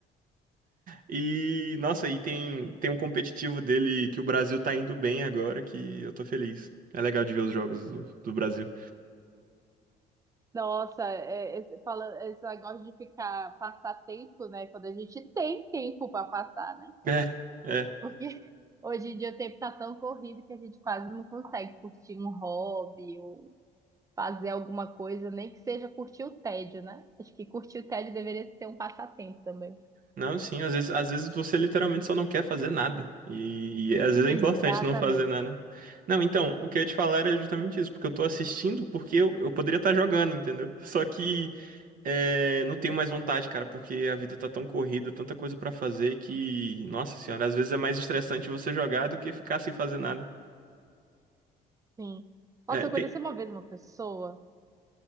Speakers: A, on the right (about 55°); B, on the right (about 20°).
A: e, nossa, e tem, tem um competitivo dele que o Brasil tá indo bem agora, que eu tô feliz. É legal de ver os jogos do do Brasil.
B: Nossa, é, esse, fala, é, esse negócio de ficar, passar tempo, né? Quando a gente tem tempo para passar, né?
A: É, é.
B: Porque <laughs> hoje em dia o tempo tá tão corrido que a gente quase não consegue curtir um hobby ou fazer alguma coisa, nem que seja curtir o tédio, né? Acho que curtir o tédio deveria ser um passatempo também.
A: Não, sim, às vezes, às vezes você literalmente só não quer fazer nada. E, e às vezes é
B: Exatamente.
A: importante não fazer nada. Não, então, o que eu ia te falar era justamente isso, porque eu tô assistindo porque eu, eu poderia estar jogando, entendeu? <laughs> Só que é, não tenho mais vontade, cara, porque a vida tá tão corrida, tanta coisa pra fazer que, nossa senhora, às vezes é mais estressante você jogar do que ficar sem fazer nada.
B: Sim.
A: É,
B: Nossa, eu
A: tem-
B: conheci uma vez uma pessoa.